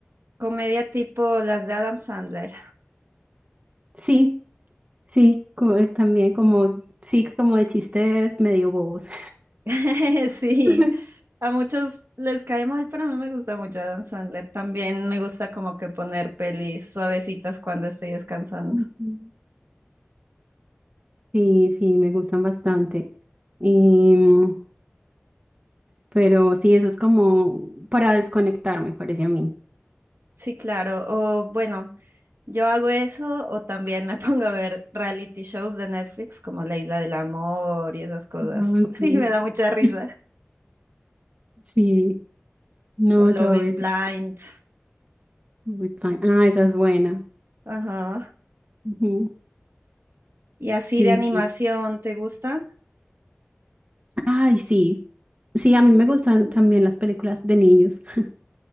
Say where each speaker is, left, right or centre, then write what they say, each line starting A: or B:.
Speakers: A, on the right; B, on the right.
A: comedia tipo las de Adam Sandler.
B: sí, sí, co- eh, también como, sí, como de chistes medio bobos.
A: <laughs> Sí,
B: <laughs>
A: a muchos les cae mal, pero a mí me gusta mucho Adam Sandler. También me gusta como que poner pelis suavecitas cuando estoy descansando.
B: Ujú. Sí, sí, me gustan bastante. Y, mm, pero sí, eso es como para desconectar, me parece a mí.
A: Sí, claro. O bueno, yo hago eso o también me <laughs> pongo a ver reality shows de Netflix como La Isla del Amor y esas cosas.
B: Ah,
A: <laughs>
B: sí.
A: Y me da mucha risa.
B: <laughs> Sí, no,
A: O Love
B: yo a
A: is
B: veces.
A: Blind.
B: With Fine. Ah, esa es buena.
A: Ajá.
B: Ujú,
A: Y así
B: Sí.
A: de animación, ¿te gustan?
B: Ay, sí. Sí, a mí me gustan también las películas de niños. <laughs>